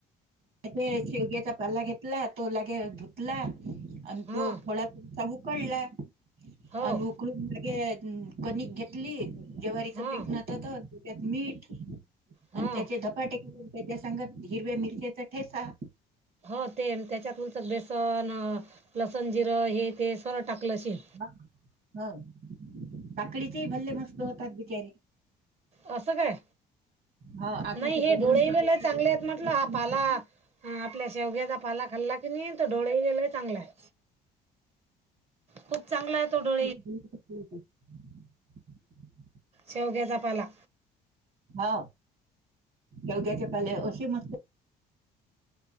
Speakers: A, on the right (about 60°); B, on the right (about 40°).
A: ते शेवग्याचा पाला घेतला तो लागे धुतला आणि
B: हां
A: तो थोडा उकडला
B: हो
A: आणि उकलून मागे कनिक घेतली जवारीचं
B: हां
A: पीठ नतात. त्यात मीठ आणि
B: हां
A: त्याचे ध <unintelligible> त्याच्या सांगत हिरव्या मिरच्या ठेसा.
B: हो ते त्याच्याकुलच्या बेसन, लसण, जिरं हे ते सरळ टाकलं अशील.
A: <inaudible> हा काकडीचेही भल्ले मस्त होतात बिचारे.
B: असं काय
A: हा आता
B: नाही
A: तर
B: हे
A: गजरांची
B: डोळेले
A: पोळी
B: लई चांगले आहेत म्हंटलं हा पाला हा आपल्या शेवग्याचा पाला खाल्ला की नाही तर डोळेला लई चांगला आहे. खूप चांगला आहे तो डो
A: <unintelligible>
B: शेवग्याचा पाला
A: हा योग्याचे पहिले अशी मस्त